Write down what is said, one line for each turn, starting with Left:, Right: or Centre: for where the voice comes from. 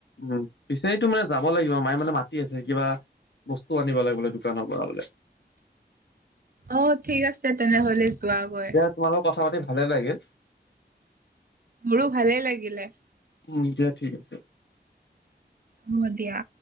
Left: উম পিছোৰটোো মানে যাব লাগিব মায়ে মানে মাতি আছে কিবা বস্তু আনিব লাগ বোলে দোকানৰ পৰা বোলে।
Right: অ', ঠিক আছে তেনেহলে যোৱাগৈ।
Left: তোমাল লগত কথা পাতি ভালে লাগিল।
Right: মোৰো ভালে লাগিলে।
Left: উম দিয়া ঠিক আছে।
Right: হব দিয়া